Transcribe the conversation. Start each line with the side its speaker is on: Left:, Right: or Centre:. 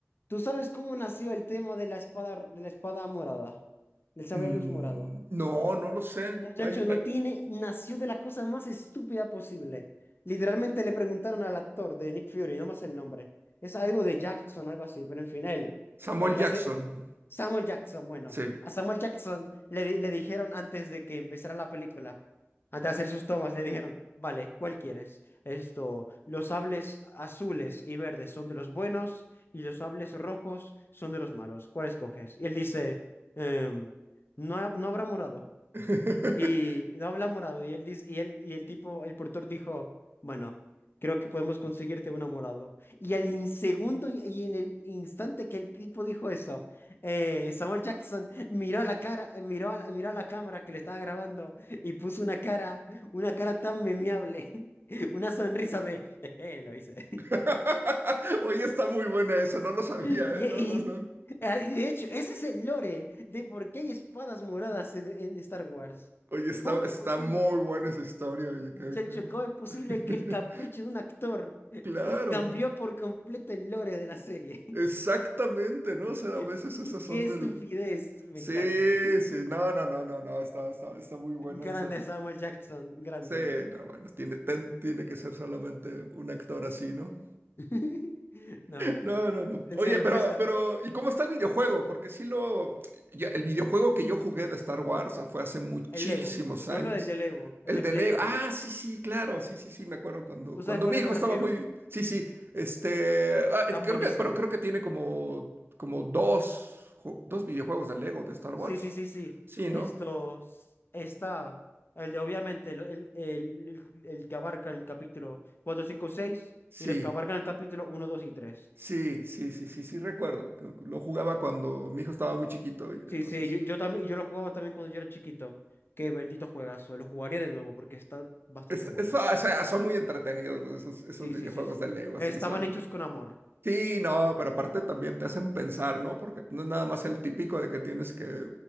Left: ¿Tú sabes cómo nació el tema de la espada, de la espada morada? Del sable
Right: Mm,
Left: luz morado.
Right: no, no lo sé.
Left: Muchacho,
Right: Ay,
Left: no
Right: ay,
Left: tiene, nació de la cosa más estúpida posible. Literalmente le preguntaron al actor de Nick Fury, no más el nombre. Es algo de Jackson, algo así, pero en fin, él,
Right: Samuel
Left: el que
Right: Jackson,
Left: hace Samuel Jackson. Bueno,
Right: sí.
Left: a Samuel Jackson le, di- le dijeron antes de que empezara la película, antes de hacer sus tomas, le dijeron, vale, ¿cuál quieres? Esto, los sables azules y verdes son de los buenos y los sables rojos son de los malos. ¿Cuál escoges? Y él dice, em, no, ha- no habrá morado.
Right: <laughs>
Left: Y no habla morado. Y él dice, y él, y el tipo, el portor dijo, bueno, creo que podemos conseguirte uno morado. Y al in- segundo y y en el instante que el tipo dijo eso, eh, Samuel Jackson miró a la cara, miró a, la- miró a la cámara que le estaba grabando y puso una cara, una cara tan memeable, <laughs> una sonrisa de, "Jeje, lo hice.
Right: <laughs>
Left: <laughs>
Right: Oye, está muy buena eso, no lo sabía,
Left: Y, y-
Right: ¿eh? No, no, no.
Left: ah, y de hecho, ese es el lore de por qué hay espadas moradas en, en Star Wars.
Right: Oye, está,
Left: ¿Cómo es
Right: está
Left: posible?
Right: muy buena esa historia, oye,
Left: Muchacho,
Right: qué- qué-
Left: ¿cómo es posible
Right: <laughs>
Left: que el capricho de un actor eh,
Right: Claro,
Left: cambió por completo el lore de la serie?
Right: exactamente, ¿no? O sea, a veces
Left: <laughs>
Right: esas son
Left: ¡Qué estupidez!
Right: del...
Left: Me
Right: Sí,
Left: encanta.
Right: sí, no, no, no, no, no, está, está, está muy buena
Left: Grande
Right: esa.
Left: Samuel Jackson, grande.
Right: Sí, no, bueno, tiene, ten- tiene que ser solamente un actor así, ¿no?
Left: <laughs> No, hombre.
Right: No, no, no.
Left: En
Right: Oye,
Left: serio,
Right: pero,
Left: por eso,
Right: pero, ¿y cómo está el videojuego? Porque sí lo, ya- el videojuego que yo jugué de Star Wars fue hace muchísimos
Left: el Lego. Yo
Right: años.
Left: hablo del de Lego, el
Right: El
Left: de
Right: de
Left: Play
Right: Lego.
Left: 2.
Right: Ah, sí, sí, claro, sí, sí, sí, me acuerdo cuando,
Left: ¿Tú
Right: cuando
Left: sabes a cuáles
Right: mi hijo
Left: me refiero?
Right: estaba muy, sí, sí, este, ah, eh,
Left: Tan
Right: creo
Left: buenísimos.
Right: que, pero creo que tiene como, como dos, ju- dos videojuegos de Lego de Star Wars.
Left: Sí, sí, sí, sí.
Right: Sí,
Left: Estos,
Right: ¿no?
Left: está, el de obviamente, el, el, el, el que abarca el capítulo 4, 5, 6
Right: Sí,
Left: y los que abarcan el capítulo uno, 2 y 3.
Right: sí, sí, sí, sí, sí, recuerdo. que Lo jugaba cuando mi hijo estaba muy chiquito y
Left: Sí,
Right: entonces
Left: sí, yo, yo también, yo lo jugaba también cuando yo era chiquito. Qué bendito juegazo, lo jugaría de nuevo porque está bastante
Right: Es-
Left: bueno.
Right: eso, o sea, son muy entretenidos los, esos, esos
Left: Sí,
Right: videojuegos
Left: sí, sí, sí.
Right: de Lego,
Left: Estaban
Right: así son.
Left: hechos con amor.
Right: Sí, no, pero aparte también te hacen pensar, ¿no? Porque no es nada más el típico de que tienes que